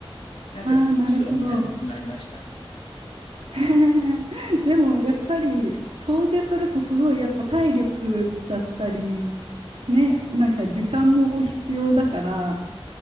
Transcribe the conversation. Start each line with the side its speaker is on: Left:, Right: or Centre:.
Left: なんか出る症になってしまいました。
Right: ああ、なるほど。<laughs> でもやっぱり遠出するとすごいやっぱ体力だったりねなんか時間も必要だから